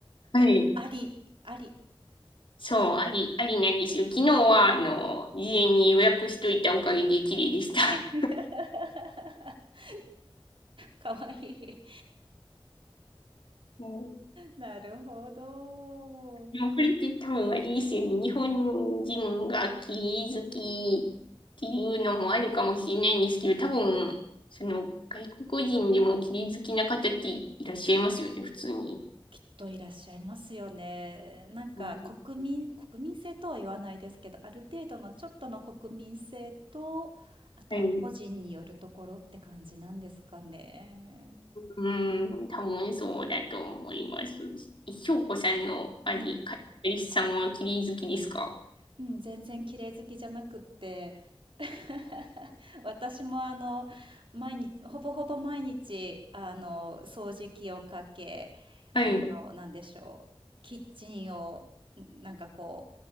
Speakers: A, on the left (about 60°); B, on the right (about 65°).
A: はい。
B: あり、あり。
A: そう、あり、ありなんですよ。昨日は、あの、事前に予約しといたおかげで綺麗でした。
B: <laughs> かわいい。
A: うん
B: なるほど。
A: でもこれって多分あれですよね。日本人がキリ好きっていうのもあるかもしれないんですけど、多分、その外国人でもキリ好きな方っていらっしゃいますよね、普通に。
B: きっといらっしゃいますよね。なんか国民、
A: うん
B: 国民性とは言わないですけど、ある程度のちょっとの国民性と、あとは個人によるところって感じなんですかね。
A: はい。うん、多分そうだと思います。翔子さんのあり、
B: はい
A: カリスさんはキリ好きですか
B: うん、全然綺麗好きじゃなくって、<laughs> 私もあの、毎日、ほぼほぼ毎日、あの、掃除機をかけ、
A: はい。
B: あの、なんでしょう、キッチンを、なんかこ